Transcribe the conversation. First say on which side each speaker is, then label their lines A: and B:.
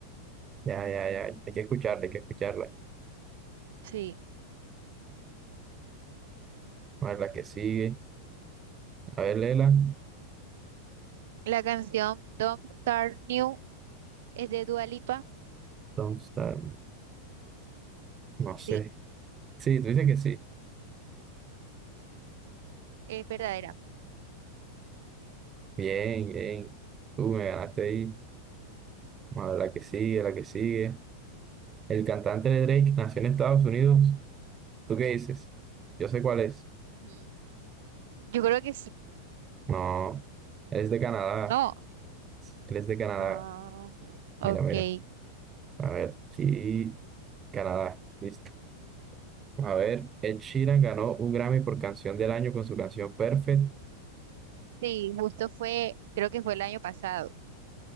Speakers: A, on the right; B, on the right.
A: Ya, ya, ya. Hay que escucharla, hay que escucharla.
B: Sí.
A: A ver, la que sigue. A ver, Lela.
B: La canción Don't Start New es de Dua Lipa.
A: Don't Start Me. No sé.
B: Sí,
A: Sí, tú dices que sí.
B: es verdadera.
A: Bien, bien. Tú me ganaste ahí. A ver, la que sigue, la que sigue. El cantante de Drake nació en Estados Unidos. ¿Tú qué dices? Yo sé cuál es.
B: Ujú. Yo creo que sí.
A: No, él es de Canadá.
B: No.
A: Él es de Canadá.
B: Ah, ok.
A: Mira, mira. A ver, aquí, Canadá. Listo. A ver, Ed Sheeran ganó un Grammy por canción del año con su canción Perfect.
B: Sí, justo fue, creo que fue el año pasado.